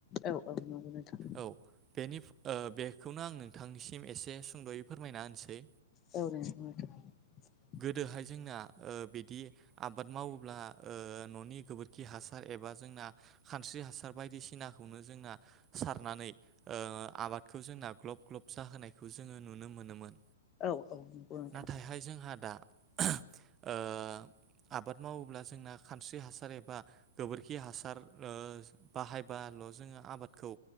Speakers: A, on the left; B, on the right.
A: औ औ नगौ नोंथां।
B: औ बेनि ओ बेखौनो आं नोंथांनिसिम एसे सुंद'यै फोरमायना होनसै
A: औ <unintelligible>
B: दोहाय जोंना ओ बिदि आबाद मावोब्ला ओ न'नि गोबोर खि हासार एबा जोंना खानस्रि हासार बायदिसिनाखौनो जोंना सारनानै ओ आबादखौ जोंना ग्लब ग्लब जाहोनायखौ जोङो नुनो मोनोमोन
A: औ औ नंगौ नोंथां
B: नाथायहाय जोंहा दा ओ आबाद मावोब्ला जोंना खानस्रि हासार एबा गोबोरखि हासार ओ बाहायबाल' जोङो आबादखौ